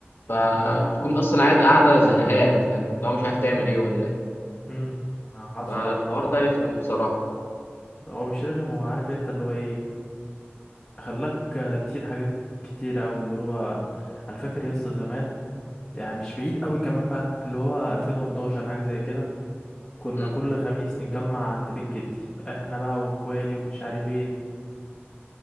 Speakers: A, on the left; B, on the left.
A: فبتكون
B: امم
A: أصلا قاعد قاعدة زهقان فاهم اللي هو مش عارف تعمل
B: امم
A: ايه ولا ايه
B: امم حصل
A: فالحوار
B: والله
A: ده رخم بصراحة
B: هو مش رخم هو عارف انت اللي هو ايه خلاك نسيت حاجات كتيرة أوي اللي هو انا فاكر يا اسطى زمان يعني مش بعيد قوي كمان بقى اللي هو 2011 حاجة زي كده كنا
A: مم.
B: كل خميس نتجمع عند بيت جدي احنا بقى واخوالي ومش عارف ايه